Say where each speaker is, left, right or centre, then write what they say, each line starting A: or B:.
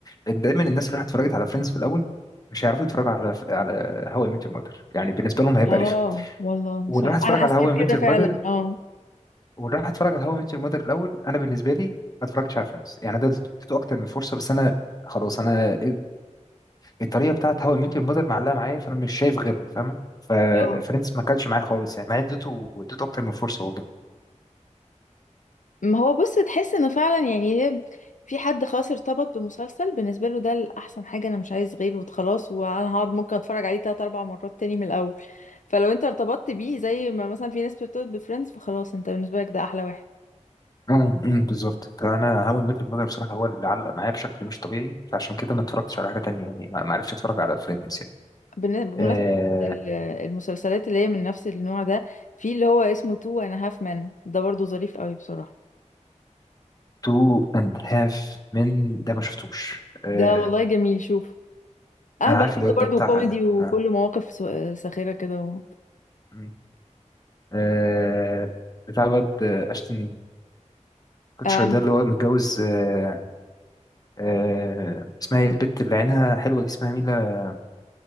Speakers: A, on the left; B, on the left.
A: دايما الناس اللي راحت اتفرجت على فريندز في الاول مش هيعرفوا يتفرجوا على على هاو اي ميت يور ماذر يعني بالنسبه لهم هيبقى
B: اه
A: رخم
B: والله
A: واللي
B: صح
A: راح اتفرج
B: انا حسيت
A: على هاو اي
B: كده
A: ميت يور
B: فعلا
A: ماذر
B: اه
A: واللي راح اتفرج على هاو اي ميت يور ماذر الاول انا بالنسبه لي ما اتفرجتش على فريندز يعني ده اديته اكتر من فرصه بس انا خلاص انا الطريقه بتاعت هاو اي ميت يور ماذر معلقه معايا فانا مش شايف غيرها فاهمه ففريندز
B: اه
A: ما كلش معايا خالص يعني مع إني اديته اديته اكتر من فرصه والله
B: ما هو بص تحس انه فعلا يعني هي في حد خلاص ارتبط بمسلسل بالنسبه له ده الاحسن حاجه انا مش عايز غيره وخلاص وانا هقعد ممكن اتفرج عليه تلات اربع مرات تاني من الاول فلو انت ارتبطت بيه زي ما مثلا في ناس بترتبط بفريندز فخلاص انت بالنسبه لك ده احلى واحد
A: امم أمم، بالظبط فانا هاو اي ميت يور ماذر بصراحه هو اللي علق معايا بشكل مش طبيعي فعشان كده ما اتفرجتش على حاجه تانية يعني ما ما عرفتش اتفرج على فريندز
B: بن- بمناسبة
A: آه...
B: ال- المسلسلات اللي هي من نفس النوع ده في اللي هو اسمه تو انا هاف مان ده برضو ظريف قوي بصراحة
A: تو اند هاف من ده ما شفتوش آه...
B: ده والله جميل شوف اهبل
A: انا عارف
B: فيه
A: الواد
B: ده برضو
A: ده بتاع
B: كوميدي وكله
A: آه.
B: مواقف س- ساخرة كده و...
A: مم. آه... بتاع الواد آه، اشتن كوتشر
B: آم،
A: ده اللي هو متجوز آه... آه... اسمها ايه البت اللي عينها حلوة دي اسمها ميلا